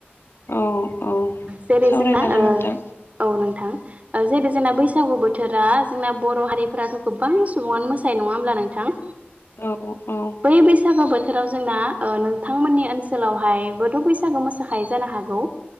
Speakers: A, on the left (about 70°); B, on the right (about 35°).
A: औ औ
B: जेरै
A: सावरायजागोन
B: जोंना औ
A: नोंथां
B: नोंथां। जेरै जोंना बैसागु बोथोरा जोंना बर' हारिफोराथ' गोबां सुबुङानो मोसायो नङा होमब्ला नोंथां?
A: औ औ
B: बै बैसागो बो बोथोराव जोंना नोंथांमोननि ओनसोलावहायबोथ' बैसागो मोसाखायो जानो हागौ?